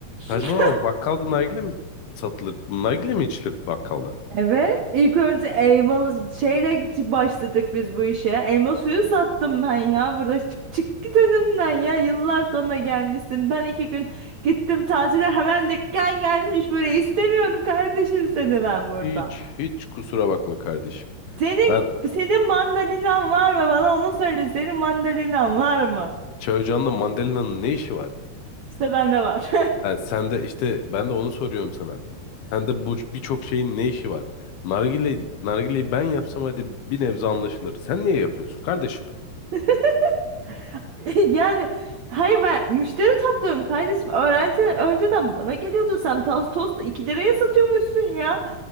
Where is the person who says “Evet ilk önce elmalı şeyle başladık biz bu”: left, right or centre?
Right